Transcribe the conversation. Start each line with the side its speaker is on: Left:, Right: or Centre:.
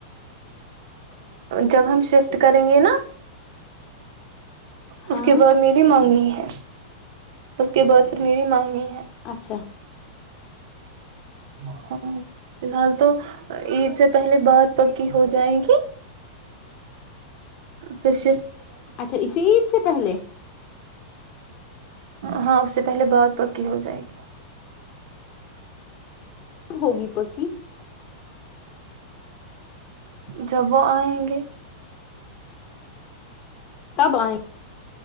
Right: جب ہم شفٹ کریں گے نا
Left: ہاں
Right: اس کے بعد میری مانگنی ہے اس کے بعد پھر میری مانگنی ہے
Left: اچھا
Right: ہاں فی الحال تو عید سے پہلے بات پکی ہو جائے گی پ ش
Left: اچھا اسیید سے پہلے
Right: ہاں اس سے پہلے بہت پکی ہو جائے گی
Left: ب ہوگی پکی
Right: جبو ہیں گے
Left: کب آئیں